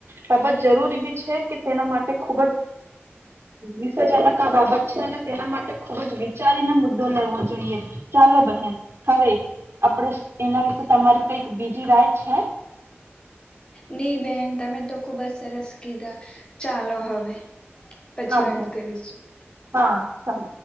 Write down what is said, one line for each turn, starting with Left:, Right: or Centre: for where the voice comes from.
Right: બાબત જરૂરી બી છે કે તેના માટે ખુબ જ વિષયજનક આ બાબત છે અને તેના માટે ખુબ જ વિચારીને મુદ્દો લેવો જોઈએ ચાલો બહેન હવે આપણે એના વિશે તમારી કઈક બીજી રાઈટ. છે.
Left: નઈ બેન તમે તો ખુબ જ સરસ કીધા ચાલો હવે. પછી
Right: હા બહેન
Left: વાત કરીશું.
Right: હા ચાલ.